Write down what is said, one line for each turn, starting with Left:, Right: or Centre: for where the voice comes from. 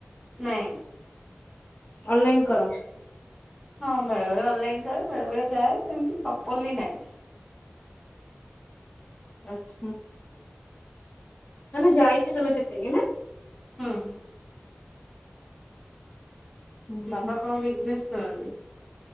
Centre: ନାଇଁ।
Left: ଅନଲାଇନ କର।
Centre: ହଁ ବେଳେ ବେଳେ ଅନଲାଇନ କରେ ବେଳେ ବେଳେ ଯାଏ ସେମତି ପ୍ରପରଲି ନାହିଁ।
Left: ଆଚ୍ଛା ମାନେ ଯାଇଛ ତମେ ସେଠିକି ନା।
Centre: ହୁଁ।
Left: ହୁଁ
Centre: ବାପା
Left: ହୁଁ
Centre: କଣ ବିଜନେସ କରନ୍ତି?